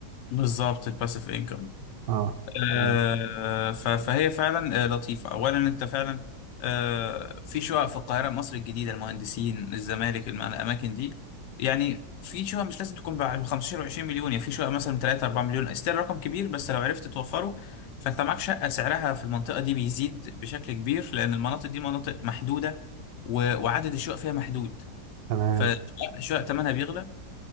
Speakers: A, on the left (about 80°); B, on the right (about 85°).
A: بالظبط الباسيف انكم
B: أه تمام
A: آه ف- فهي فعلا آه لطيفه اولا انت فعلا آه في شقق في القاهره مصر الجديده المهندسين الزمالك الم- الاماكن دي يعني في شقق مش لازم تكون ب 15 و20 مليون يعني في شقق مثلا 3 4 مليون استيل رقم كبير بس لو عرفت توفره فانت معاك شقه سعرها في المنطقه دي بيزيد بشكل كبير لان المناطق دي مناطق محدوده و- وعدد الشقق فيها محدود
B: تمام
A: فشقق شقق ثمنها بيغلى